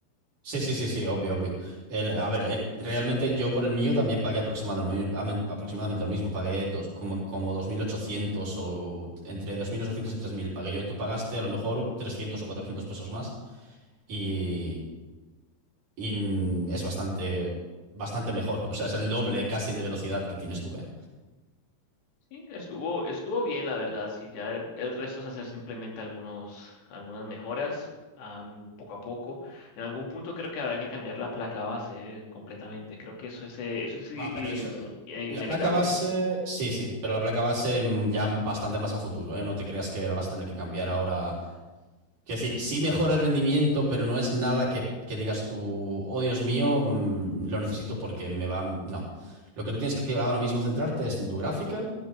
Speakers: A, on the right; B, on the left.
A: Sí, sí, sí, sí, obvio, obvio. El- a ver, el- realmente yo por el mío también pagué aproximadamente, amen- aproximadamente lo mismo. Pagué dos, como, como 2.800 o entre 2.800 y 3.000 pagué yo. Tú pagaste a lo mejor 300 o 400 pesos más y, y es bastante, bastante mejor. <laughs> O sea, es el doble casi de velocidad que tienes tú, ¿eh?
B: Sí, estuvo, estuvo bien, la verdad. Sí, ya el, el resto es hacer simplemente algunos, algunas mejoras, am, poco a poco. En algún punto creo que habrá que cambiar la placa base eh, completamente. Creo que eso es, eh, eso es i-
A: Ah, pero eso...
B: in- eh, inevitable.
A: La placa base,
B: ¿eh?
A: sí, sí, pero la placa base mm, ya bastante más a futuro, ¿eh? No te creas que la vas a tener que cambiar ahora Quiero decir, sí mejora el rendimiento, pero no es nada que, que digas tú, oh Dios mío, mm, lo necesito porque me va. No. Lo que tú tienes que que ahora mismo centrarte es en tu gráfica